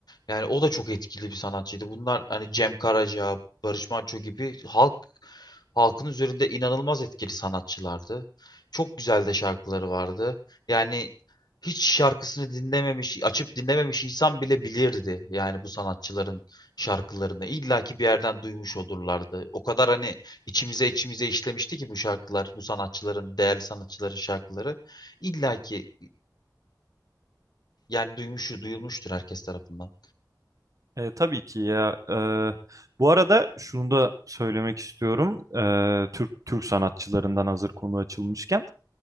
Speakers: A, on the left; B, on the right.
A: Yani o da çok etkili bir sanatçıydı. Bunlar hani Cem Karaca, Barış Manço gibi halk halkın üzerinde inanılmaz etkili sanatçılardı. Çok güzel de şarkıları vardı. Yani hiç şarkısını dinlememiş, açıp dinlememiş insan bile bilirdi yani bu sanatçıların şarkılarını. İlla ki bir yerden duymuş olurlardı. O kadar hani içimize içimize işlemişti ki bu şarkılar, bu sanatçıların, değerli sanatçıların şarkıları. İlla ki yani duymuş, duyulmuştur herkes tarafından.
B: E, tabii ki ya. E, bu arada şunu da söylemek istiyorum. E, Türk Türk sanatçılarından hazır konu açılmışken.